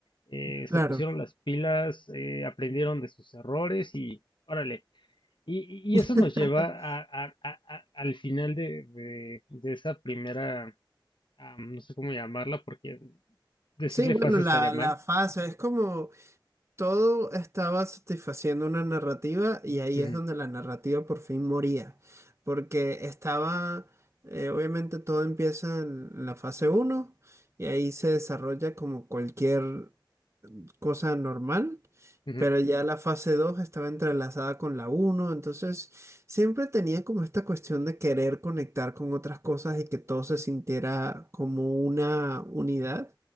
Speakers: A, on the left (about 70°); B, on the right (about 35°).
A: eh,
B: claro.
A: se pusieron las pilas, eh, aprendieron de sus errores y órale. Y,
B: <laughs>
A: y eso nos lleva a- a- a- a- al final de, de- de esa primera, am, no sé cómo llamarla, porque decirle
B: Sí, bueno,
A: fase
B: la,
A: estaría mal.
B: la fase es como todo estaba satisfaciendo una narrativa y ahí
A: Ujú,
B: es donde la narrativa por fin moría, porque estaba, eh, obviamente todo empieza en la fase uno y ahí se desarrolla como cualquier cosa normal,
A: ujú,
B: pero ya la fase 2 estaba entrelazada con la uno, entonces siempre tenía como esta cuestión de querer conectar con otras cosas y que todo se sintiera como una unidad.